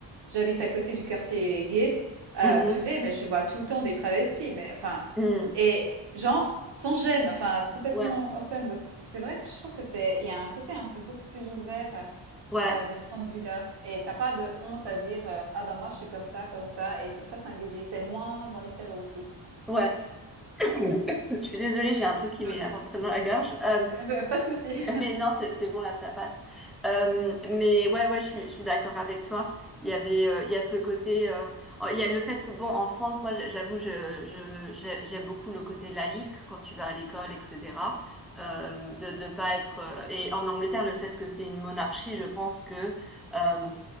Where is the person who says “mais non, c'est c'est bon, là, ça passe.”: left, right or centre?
Centre